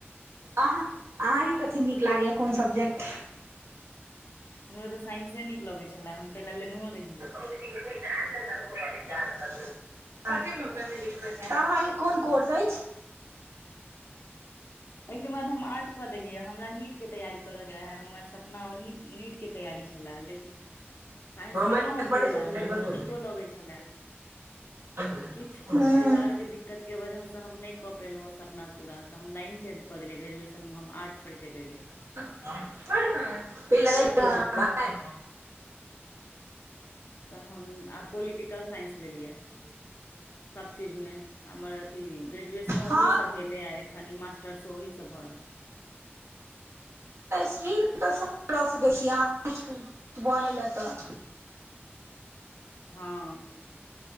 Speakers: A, on the right; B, on the left.
A: अहाँ अहाँकेँ कथी नीक लागैए कोन सब्जेक्ट
B: हमरो तऽ साइंसे नीक लगै छले हम तैलए लेनहो रहियै
A: <unintelligible> <unintelligible> तब अहाँके कोन कोर्स अछि
B: एहिके बाद हम आर्ट कऽ देलियै हमरा नीट के तैयारी करे कऽ रहे हमर सपना ओ नीट - नीट के तैयारी छलेऽ लेकिन साइंस
A: मामा
B: लेलहुँ हम
A: पढ़ै
B: ताहि
A: छथिन
B: दुआरे
A: लाइट बंद
B: हमरा
A: कऽ
B: नीको लगै छलए
A: दियौ
B: किछ
A: हूँ
B: परिवार के दिक्कत के वजह से हम नय कऽ पेयलौ सपना पूरा तऽ हम लाइन चेंज कऽ देलिय ग्रेजुएशन मऽ हम आर्ट पर चलि एलियै
A: प ल <unintelligible>
B: तऽ हम आब पोलिटिकल साइंस लेलिया सब चीज मे हमर अथी ग्रेजुएशनो
A: हँ
B: ओहीसँ भेल अइ आ एखन ई मास्टर्सो ओहीसँ भऽ रहल यै
A: स्क्रीन तऽ सब लऽ सकै छीआहाँ बने ल तऽ
B: हँ